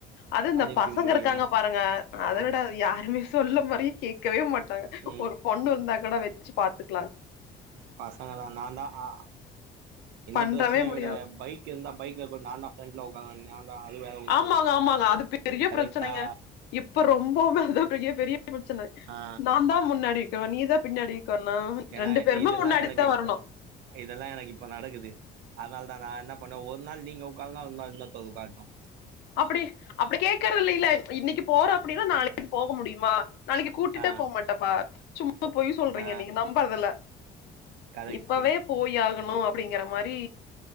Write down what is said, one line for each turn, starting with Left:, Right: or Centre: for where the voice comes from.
Left: அது இந்த
Right: எப்டி
Left: பசங்க
Right: முடியு
Left: இருக்காங்க பாருங்க அத
Right: ஆ
Left: விட யாருமே சொல்ல மாரியே கேக்கவே மாட்டாங்க
Right: ம்
Left: ஒரு பொண்ணு இருந்தா கூட வெச்சு பாத்துக்லா
Right: பசங்களா நாந்தா ஆ இந்த
Left: பண்றவே
Right: பிரச்சனைய
Left: முடியாது
Right: விட பைக் கு இருந்த பைக்ல உக்கார நாந்தா ஃபிரென்ட்ல உக்காருவே நாந்தா அது வேற ஒரு
Left: ஆமாங்க
Right: பிரச்சனை
Left: ஆமாங்க
Right: ஆகு
Left: அது பெரிய
Right: கரெக்டா
Left: பிரச்சனைங்க இப்ப ரொம்போமே அதா பெரிய பெரிய பிரச்சனை
Right: ஆ
Left: நாந்தா முன்னாடி க்குவே நீதா பின்னாடி உக்கார்னு அஹ
Right: ஏன்னா
Left: ரெண்டு பேருமே
Right: இதெல்லா
Left: முன்னாடி
Right: எனக்கு
Left: தா
Right: இப்போ
Left: வரணு
Right: இதெல்லா எனக்கு இப்ப நடக்குது அதனாலதா நா என்ன பண்ணுவே ஒரு நாள் நீங்க உக்காருங்க ஒரு நாள் இன்னொருத்தங் உக்காரட்டு
Left: அப்டி அப்டி கேக்கறது இல்லைல இன்னிக்கி போற அப்டின்னா நாளைக்கு போக முடியுமா நாளைக்கு கூட்டிட்டே
Right: ஆ
Left: போ மாட்டாப்பா சும் மா பொய் சொல்றீங்க
Right: ஆ
Left: நீங்க நம்பறதுல்ல
Right: கரெக்ட்டு
Left: இப்பவே போய்யாகணு அப்டிங்கற மாரி